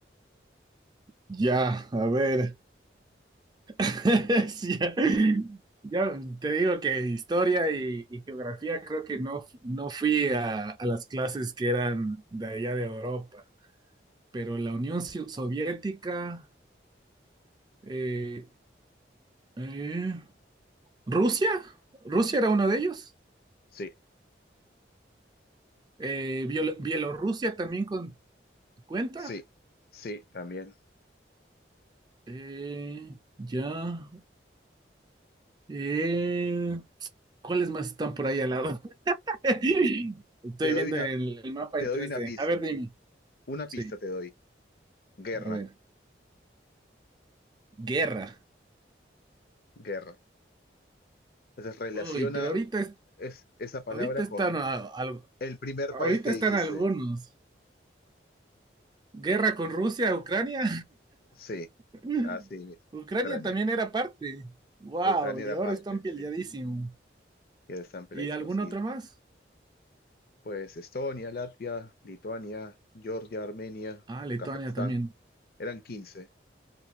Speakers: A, on the right; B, on the left.
A: Ya, a ver. <laughs> Sí, ya, ya te digo que historia y, y geografía creo que no, no fui a, a las clases que eran de allá de Europa, pero la Unión Sio- Soviética, eh, eh, Rusia, Rusia era uno de ellos,
B: Sí,
A: Eh, Biel- Bielorrusia también con, cuenta,
B: sí, sí, también.
A: Eh, ya, eh, ¿cuáles más están por ahí al lado? <laughs> Estoy
B: Te doy
A: viendo
B: una,
A: el, el mapa
B: te
A: en
B: doy
A: tres
B: una
A: d
B: pista.
A: a ver, dime,
B: Una
A: sí,
B: pista te doy. Guerra,
A: a ver. Guerra.
B: guerra. Entonces relaciona
A: Uy, pero ahorita, es-
B: es- esa palabra
A: ahorita están
B: con
A: a- al-
B: el primer
A: ahorita
B: país que dijiste.
A: están algunos. Guerra con Rusia, Ucrania.
B: Sí,
A: <laughs>
B: así mismo.
A: Ucrania
B: Ucrania.
A: también era parte. Wow,
B: Ucrania
A: y
B: era
A: ahora
B: parte,
A: están peleadísimo.
B: sí. Y el samplaísmo,
A: ¿Y algún
B: sí.
A: otro más?
B: Pues Estonia, Latvia, Lituania, Georgia, Armenia,
A: Ah, Lituania
B: Kazajstán.
A: también.
B: Eran 15.